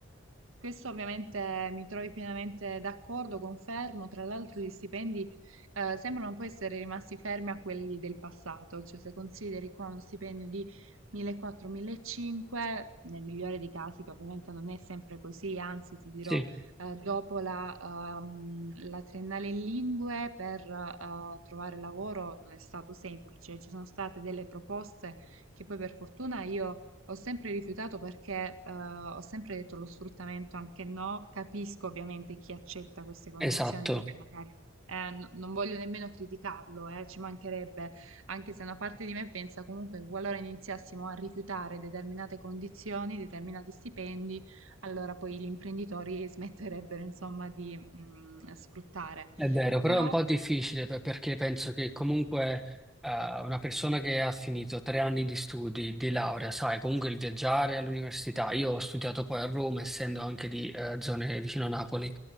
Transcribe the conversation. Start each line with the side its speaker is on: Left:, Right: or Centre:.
Right: Questo ovviamente mi trovi pienamente d'accordo, confermo. Tra l'altro, gli stipendi eh, sembrano un po' essere rimasti fermi a quelli del passato, cioè se consideri qua uno stipendio di 1400-1500, nel migliore dei casi, che ovviamente non è sempre così, anzi, ti dirò,
Centre: Sì,
Right: eh, dopo la, ehm, la triennale in lingue per eh, trovare lavoro non è stato semplice, ci sono state delle proposte che poi per fortuna io Ho sempre rifiutato perché eh, ho sempre detto lo sfruttamento anche no, capisco ovviamente chi accetta queste condizioni
Centre: esatto.
Right: perché magari eh, n- non voglio nemmeno criticarlo, eh, ci mancherebbe, anche se una parte di me pensa comunque che qualora iniziassimo a rifiutare determinate condizioni, determinati stipendi, allora poi gli imprenditori <laughs> smetterebbero insomma di mh, sfruttare.
Centre: È vero, però
Right: Però,
Centre: è un po' difficile per- perché penso che comunque eh, una persona che ha finito tre anni di studi, di laurea, sai, comunque il viaggiare all'università, io ho studiato poi a Roma, essendo anche di eh, zone vicino a Napoli,